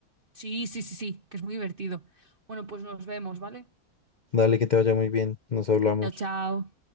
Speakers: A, on the right; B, on the left.
A: Sí, sí, sí, sí, que es muy divertido. Bueno, pues nos vemos, ¿vale?
B: Dale, que te vaya muy bien. Nos hablamos.
A: Chao, chao.